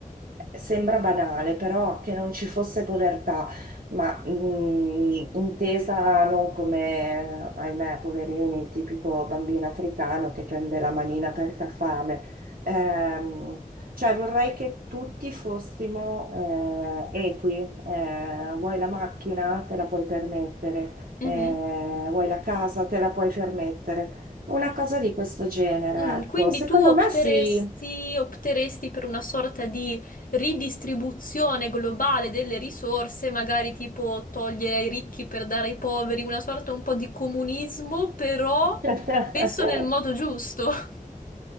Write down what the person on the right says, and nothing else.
Sembra banale, però che non ci fosse povertà, ma mh, intesa non come, ahimè, poverino, il tipico bambino africano che prende la manina perché ha fame. Ehm, cioè vorrei che tutti fossimo eh, equi. Eh, vuoi la macchina? Te la puoi permettere.
Eh, vuoi la casa? Te la puoi permettere. Una cosa di questo genere,
ecco.
Secondo
me sì.
<laughs>